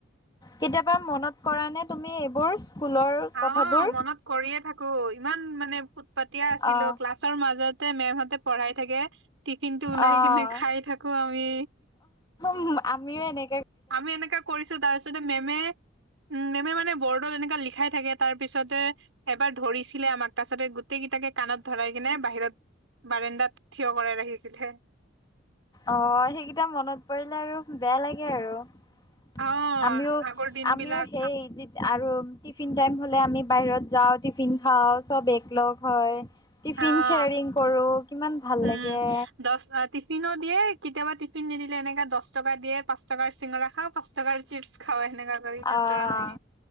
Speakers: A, on the left (about 20°); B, on the right (about 80°).
A: কেতিয়াবা মনত কৰা নে তুমি এইবোৰ? স্কুলৰ কথাবোৰ?
B: অ মনত কৰিয়ে থাকো ইমান মানে উৎ পাতিয়া আছিলো,
A: অ',
B: ক্লাছৰ মাজত তে মেম হতে পঢ়াই থাকে, টিফিন টো ওলাই
A: অ',
B: কেনে খাই থাকো আমি।
A: উম আমিও এনেক
B: আমি এনেকা কৰিছো তাৰপিছতে মেমে উ মেমে মানে বৰ্ডত এনেকা লিখাই থাকে। তাৰ পিছতে এবাৰ ধৰিছিলে আমাক। তাছতে গোটেই কেইটাকে কাণত ধৰাই কিনে বাহিৰত বাৰেণ্ডাত থিয় কৰাই ৰাখিছিলে।
A: অ' সেইকেইটা মনত পৰিলে আৰু বেয়া লাগে আৰু।
B: অ',
A: আমিও
B: আগৰ দিন
A: আমিও
B: বিলাক
A: সেই যি আৰু‌ টি টিফিন টাইম হ'লে আমি বাহিৰত যাওঁ, টিফিন খাওঁ চব একলগ হয়। টিফিন
B: অ'
A: শ্বেয়াৰিং কৰোঁ কিমান ভাল
B: উম,
A: লাগে
B: দচ টিফিনো দিয়ে কেতিয়াবা টিফিন নিদিলে এনেকা দছ টকা দিয়ে পাঁচ টকা চিঙৰা খাওঁ, পাচঁ টকাৰ চিপছ খাওঁ। সেনেকা কৰি থাকো
A: আহ,
B: আমি।